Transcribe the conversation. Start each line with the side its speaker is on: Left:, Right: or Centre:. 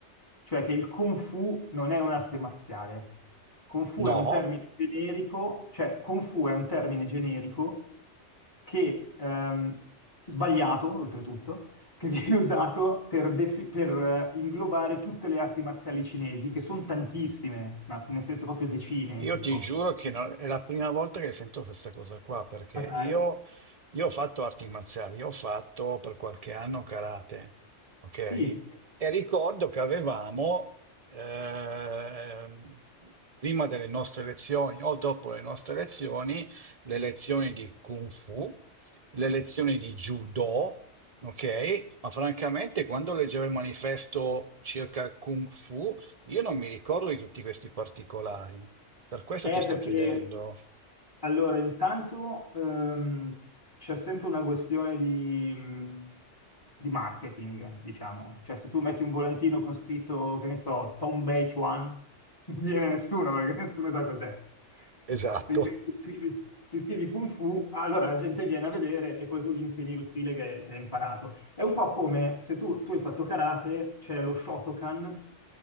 Left: cioè che il Kung Fu non è un'arte marziale. Kung Fu
Right: No?
Left: è un termine generico, cioè Kung Fu è un termine generico che, ehm, sbagliato oltretutto, che viene <laughs> usato per, defi- per, eh, inglobare tutte le arti marziali cinesi, che sono tantissime, ma nel senso proprio decine,
Right: Io
Left: tipo.
Right: ti giuro che non- è la prima volta che sento questa cosa qua, perché
Left: Ma dai.
Right: io, io ho fatto arti marziali, ho fatto per qualche anno karate, ok?
Left: Sì.
Right: E ricordo che avevamo, ehm, prima delle nostre lezioni o dopo le nostre lezioni, le lezioni di Kung Fu, le lezioni di Judo, ok? Ma francamente, quando leggevo il manifesto circa il Kung Fu, io non mi ricordo di tutti questi particolari. Per questo
Left: Eh,
Right: ti sto
Left: perché
Right: chiedendo.
Left: allora, intanto ehm, c'è sempre una questione di, mh, di marketing, diciamo. Cioè, se tu metti un volantino con scritto, che ne so, Tom Beach One, <laughs> non viene nessuno perché nessuno sa cos'è.
Right: Esatto.
Left: Se invece
Right: <laughs>
Left: ci scrivi- ci scrivi Kung Fu, allora la gente viene a vedere e poi tu gli insegni lo stile che, che hai imparato. È un po' come se tu, tu hai fatto karate, c'è lo Shotokan,